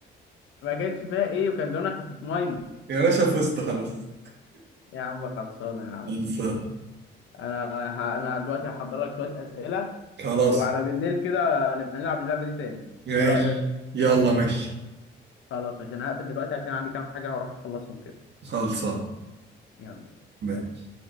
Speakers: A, on the left (about 75°); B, on the right (about 60°).
A: ما كانش فيها ايه وكان زمانك هتطمنه
B: <laughs> يا باشا فزت خلاص
A: يا عم خلصانه يا عم
B: خلصان
A: انا ه... انا دلوقتي هحضر لك شويه اسئله
B: خلاص
A: وعلى بالليل كده نبقى نلعب اللعبة دي تاني
B: ماشي
A: ايه رأيك
B: يلا ماشي
A: خلاص ماشي انا هقفل دلوقتي عشان عندي كام حاجة هروح اخلصهم كده
B: خلصان
A: يلا
B: ماشي
A: سلام.